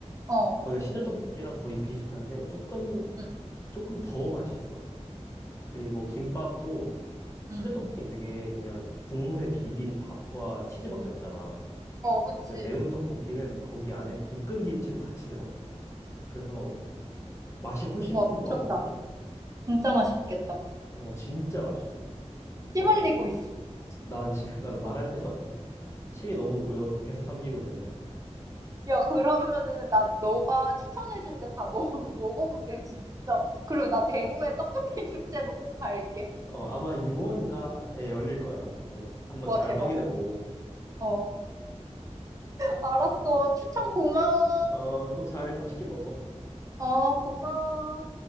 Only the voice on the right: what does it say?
어.
응.
응.
어, 그치.
와,
미쳤다. 진짜 맛있겠다.
침 흘리고 있어.
야, 그러면은 나 너가 추천해준 데 다 먹, <laughs> 먹어볼게, 진짜. 그리고 나 대구의 떡볶이 <laughs> 축제도 꼭 갈게.
와,
대박.
어, 알았어. 추천 고마워.
어, 고마워.